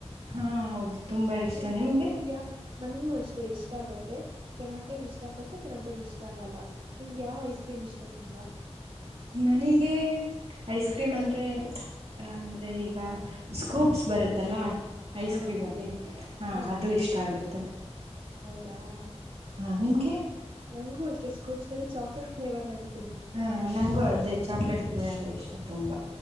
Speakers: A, on the right; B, on the right.
A: ಹಾ ಹೌದು ತುಂಬಾ ಇಷ್ಟ
B: ನಿಮ್
A: ನಿಮ್ಗೆ.
B: ಯಾ ನನ್ಗೂ ಅಷ್ಟೆ ಇಷ್ಟ ಆಗುತ್ತೆ ಕೆನವ್ ಟೈಮ್ ಇಷ್ಟ ಆಗತ್ತೆ ಕೆವೊಟೈಮ್ ಇಷ್ಟ ಆಗಲ್ಲ ನಿಮ್ಗೆ ಯಾವಯಸ್. ಕ್ರೀಮ ಇಷ್ಟ ತುಂಬಾ.
A: ನನಗೆ ಐಸ್ ಕ್ರೀಮ್ ಅಂದರೆ ಅಂದರೆ ಈಗ. ಸ್ಕೂಪ್ಸ್ ಬರುತ್ತಲ್ಲ
B: ಹಾ
A: ಐಸ್ ಕ್ರೀಮಲ್ಲಿ ಹಾಂ
B: ಹಾ
A: ಅದು ಇಷ್ಟ ಆಗುತ್ತೆ.
B: <inaudible>
A: ನಂಮ್ಗೆ
B: ನಂಗು ಅಷ್ಟೇ ಸ್ಕೂಪ್ಸ್ ನಲ್ಲಿ ಚಾಕಲೇಟ್ ಫ್ಲೆವರ್ ನನಿಗ್
A: ಹಾ ನಂಗೂ ಅದೇ ಚಾಕ್ಲೇಟ್ ಫ್ಲೇವರ್ ಇಷ್ಟ ತುಂಬಾ